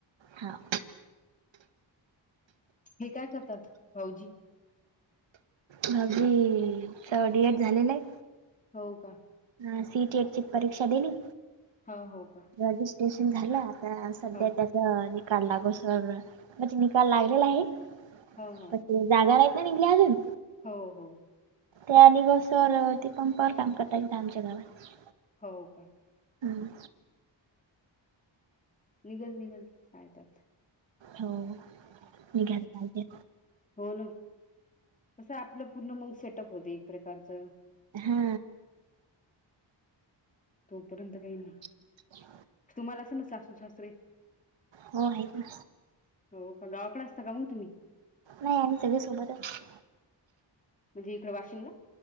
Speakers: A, on the right; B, on the left.
A: हां,
B: हे काय करतात? भाऊजी.
A: भाऊजी न च डी, एड, झालेलं आहे.
B: हो का?
A: हा, सी, टी, एट ची परीक्षा दिली.
B: हा, हो, का.
A: रजिस्ट्रेशन झालं आता सध्या
B: हा
A: तर निकाल लागोस तर म्हणजे निकाल लागलेला आहे.
B: हा, अ..
A: पण जागा नाहीत ना निघाल्या अजून
B: हो, हो..
A: त्या आणि सर ते पंपावर काम करतात तिथ आमच्या गावात.
B: हो का.
A: हम्म.
B: निघल, निघल काही त्यात.
A: हो निघायला पाहिजे
B: होना कस आपलं पूर्ण मग सेटअप होत एक प्रकारच.
A: हा...
B: तोपर्यंत काही नाही.
A: <unintelligible>
B: तुम्हाला असतील ना सासू, सासरे?
A: हो आहेत ना.
B: हो का गावाकडे असता का मग तुम्ही?
A: नाही आणि सगळे सोबतच
B: म्हणजे इकडे वाशिमला?